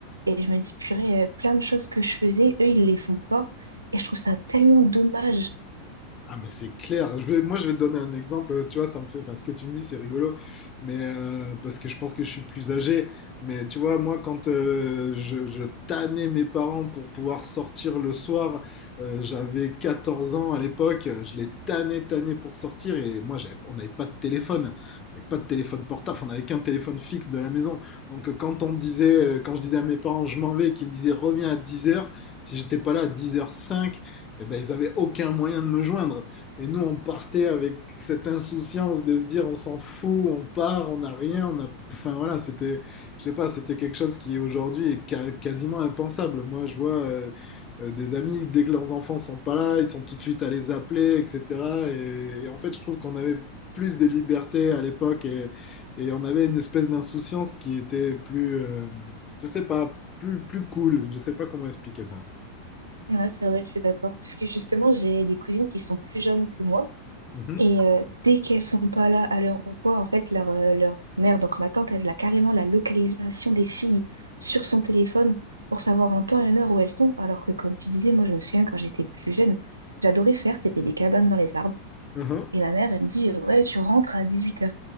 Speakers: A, on the right (about 75°); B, on the left (about 25°).
A: Et je me dis, purée, euh, plein de choses que je faisais, eux, ils les font pas. Et je trouve ça tellement dommage.
B: Ah mais c'est clair. Je vais, moi je vais te donner un exemple. Tu vois, ça me fait. Enfin, ce que tu me dis, c'est rigolo, mais euh, parce que je pense que je suis plus âgé. Mais tu vois, moi quand euh, je, je tannais mes parents pour pouvoir sortir le soir, euh, j'avais 14 ans à l'époque. Je les tannais, tannais pour sortir. Et moi, j'avais- on n'avait pas de téléphone. On n'avait pas de téléphone portable. On n'avait qu'un téléphone fixe de la maison. Donc euh, quand on disait, euh, quand je disais à mes parents, je m'en vais, et qu'ils me disaient reviens à dix heures. Si j'étais pas là à 10h05 eh ben, ils avaient aucun moyen de me joindre. Et nous, on partait avec cette insouciance de se dire, on s'en fout, on part, on n'a rien, on a, enfin voilà, c'était, je sais pas, c'était quelque chose qui aujourd'hui est ca- quasiment impensable. Moi, je vois euh, euh, des amis, dès que leurs enfants sont pas là, ils sont tout de suite à les appeler, etc. Et, et en fait, je trouve qu'on avait plus de liberté à l'époque et, et on avait une espèce d'insouciance qui était plus, euh, je sais pas, plus, plus cool. Je sais pas comment expliquer ça.
A: Ouais, c'est vrai, je suis d'accord. Parce que justement, j'ai des cousines qui sont plus jeunes que moi.
B: Mhm.
A: Et euh, dès qu'elles sont pas là à l'heure ou quoi, en fait, leur, euh, leur mère, donc ma tante, elle a carrément la localisation des filles sur son téléphone pour savoir en temps et en heure où elles sont. Alors que, comme tu disais, moi, je me souviens quand j'étais plus jeune, j'adorais faire, c'était des cabanes dans les arbres.
B: Mhm.
A: Et ma mère, elle me dit, euh, ouais, tu rentres à 18 heures